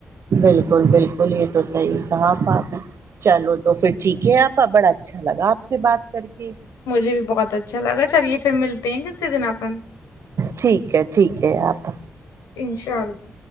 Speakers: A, on the right (about 65°); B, on the left (about 90°).
A: بالکل بالکل یہ تو صحیح کہا آپا آپ نے چلو تو پھر ٹھیک ہے آپا بڑا اچھا لگا آپ سے بات کر کے
B: مجھے بھی بہت اچھا لگا چلیے پھر ملتے ہیں کسی دن اپن
A: ٹھیک ہے ٹھیک ہے آپا
B: انشاء اللہ